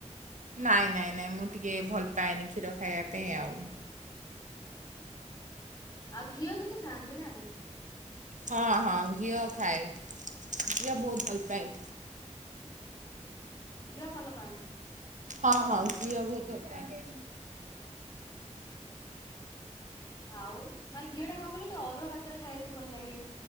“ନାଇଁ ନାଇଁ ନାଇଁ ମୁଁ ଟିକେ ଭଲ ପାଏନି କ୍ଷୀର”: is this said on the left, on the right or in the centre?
Right